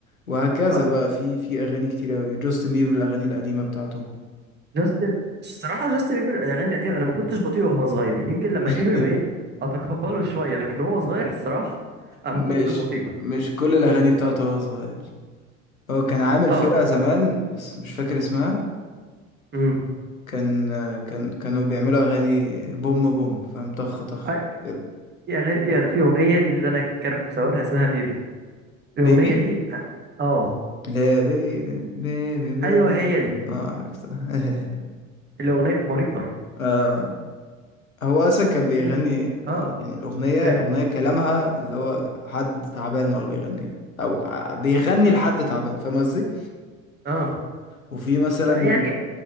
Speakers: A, on the left; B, on the right.
A: وهكذا
B: آه.
A: بقى في في اغاني كتير قوي جاستن بيبر الاغاني القديمه بتاعته
B: جاستن الصراحة جاستن بيبر الأغاني القديمة أنا ما كنتش بطيء وهو صغير يمكن لما
A: <laughs>
B: كبر بقيت أتقبله شوية لكن وهو صغير الصراحة أنا
A: مش
B: ما كنتش بطيء
A: مش كل الأغاني بتاعته وهو صغير هو كان عامل
B: أه
A: فرقة زمان بس مش فاكر اسمها
B: أمم
A: كان كان كانوا بيعملوا أغاني بوم بوم فاهم طخ طخ
B: أي-
A: كده.
B: في أغاني في أغ- في أغنية دي اللي أنا كارهه بسببها اسمها بيبي
A: بيبي
B: الأغنية دي أ- أه
A: لا بيبي بيبي بيبي
B: أيوه هي
A: بوم.
B: دي
A: اه عرفتها <laughs>
B: الأغنية مريضة
A: آه هو أصلا كان بيغني
B: في أه
A: آه، يعني الأغنية
B: إيه
A: أغنية كلامها اللي هو حد تعبان هو اللي بيغنيها أو ع- بيغني لحد تعبان فاهم قصدي؟
B: أه
A: وفي مثلا
B: بقى يعني